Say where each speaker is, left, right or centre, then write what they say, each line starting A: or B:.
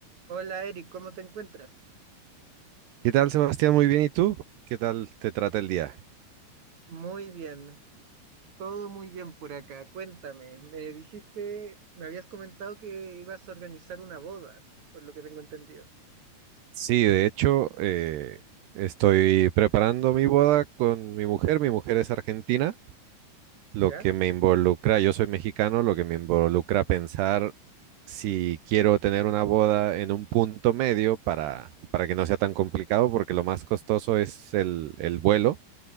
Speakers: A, on the right (about 45°); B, on the right (about 75°).
A: Hola Eric, ¿cómo te encuentras?
B: ¿Qué tal, Sebastián? Muy bien. ¿Y tú? ¿Qué tal te trata el día?
A: Muy bien, todo muy bien por acá. Cuéntame, me dijiste, me habías comentado que ibas a organizar una boda, por lo que tengo entendido,
B: Sí, de hecho, eh, estoy preparando mi boda con mi mujer. Mi mujer es argentina, lo
A: ¿ya?
B: que me involucra, yo soy mexicano, lo que me involucra pensar si quiero tener una boda en un punto medio para, para que no sea tan complicado, porque lo más costoso es el, el vuelo.